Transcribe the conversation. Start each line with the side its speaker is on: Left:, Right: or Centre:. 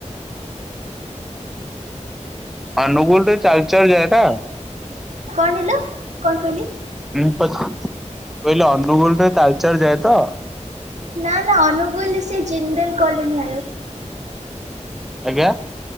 Centre: ଅନୁଗୁଳ ରେ <unintelligible>
Right: କଣ <unintelligible> କଣ କହିଲି?
Centre: <unintelligible> ମୁଁ କହିଲି ଅନୁଗୁଳ ରେ ତାଳଚେର ଯାଏ ତ?
Right: ନା ନା ଅନୁଗୁଲରେ ସେ ଜିନଦଲ କଲୋନୀ ଭାରି
Centre: ଆଜ୍ଞା।